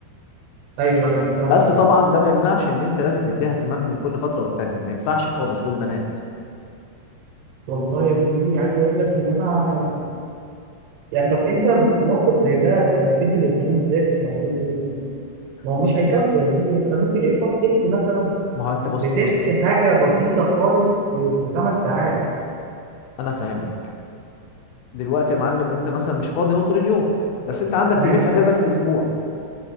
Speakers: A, on the right; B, on the left.
A: ايوه ايوه فاهم
B: بس طبعا ده ما يمنعش ان انت لازم تديها اهتمام من كل فتره والتانيه ما ينفعش خالص دول بنات
A: والله يا زميلي عايز اقول لك ان انا يعني يعني طب انت في موقف زي ده يعني بتدي الاهتمام ازاي في الساعتين دول يعني؟ ما هو
B: بص
A: مش هيكفوا يا زميلي انت ممكن يبقى تحكي مثلا
B: ما هو انت بص
A: بتحكي
B: بص
A: حاجه بسيطه خالص في خمس ساعات
B: انا فاهمك دلوقتي يا معلم انت مثلا مش فاضي اهو طول اليوم بس انت عندك
A: ماشي
B: يومين اجازه في الاسبوع